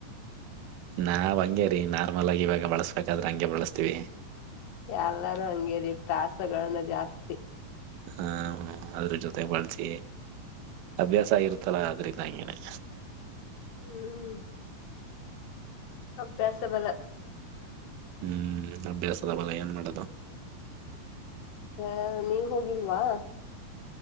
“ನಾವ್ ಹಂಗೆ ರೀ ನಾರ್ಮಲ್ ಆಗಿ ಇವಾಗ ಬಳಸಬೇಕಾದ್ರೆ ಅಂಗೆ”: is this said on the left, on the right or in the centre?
Right